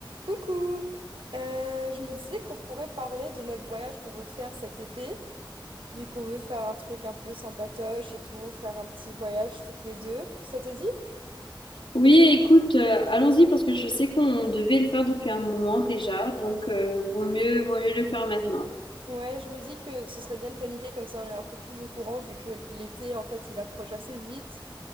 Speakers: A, on the right; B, on the left.
A: Coucou! Euh, je me disais qu'on pourrait parler de notre voyage qu'on veut faire cet été, vu qu'on veut faire un truc un peu sympatoche et tout, faire un petit voyage toutes les deux. Ça te dit?
B: Oui, écoute, euh, allons-y parce que je sais qu'on devait le faire depuis un moment déjà, donc euh, vaut mieux, vaut mieux le faire maintenant.
A: Ouais, je me dis que ce serait bien de planifier comme ça on est un peu plus au courant, vu que l'été, en fait, il approche assez vite.